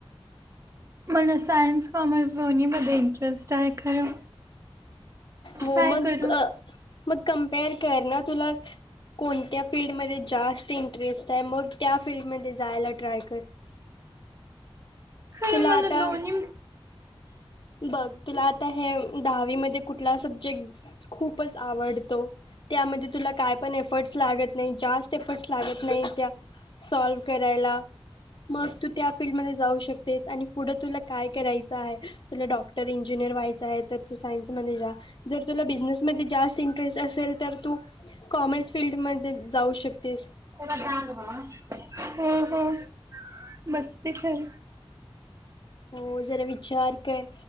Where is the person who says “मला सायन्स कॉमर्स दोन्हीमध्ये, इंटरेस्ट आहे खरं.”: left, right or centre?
Right